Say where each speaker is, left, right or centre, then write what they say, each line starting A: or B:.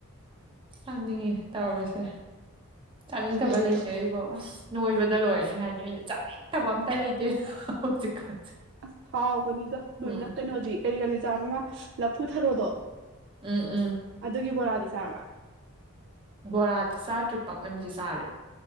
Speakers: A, on the right; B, on the right.
A: ꯆꯥꯅꯤꯡꯉꯦ ꯇꯧꯔꯤꯁꯦ ꯆꯥꯅꯤꯡꯗꯕ
B: ꯑꯩꯗꯣ
A: ꯂꯩꯇꯦ ꯑꯩꯕꯨꯣ ꯑꯁ ꯅꯣꯏꯕꯗ ꯂꯣꯏꯔ ꯀ ꯍꯥꯏꯅꯤ ꯑꯩꯅꯣ ꯆꯥꯅꯤꯡꯗꯕ ꯑꯝꯇ ꯂꯩꯇꯦ ꯍꯧꯖꯤꯛꯀꯥꯟꯁꯦ
B: ꯑꯁ ꯍꯥꯎꯒꯅꯤꯗ ꯂꯣꯏꯅ
A: ꯎꯝ
B: ꯀꯩꯅꯣꯗꯤ ꯀꯔꯤ ꯀꯖꯥꯕꯃ ꯂꯐꯨꯊꯔꯣꯗꯣ
A: ꯎꯝ ꯎꯝ
B: ꯑꯗꯨꯒꯤ ꯕꯣꯔꯥꯗꯤ ꯆꯥꯔꯕ
A: ꯕꯣꯔꯥꯗꯤ ꯆꯥꯗ꯭ꯔꯤ ꯄꯥꯛꯅꯝꯗꯤ ꯆꯥꯔꯦ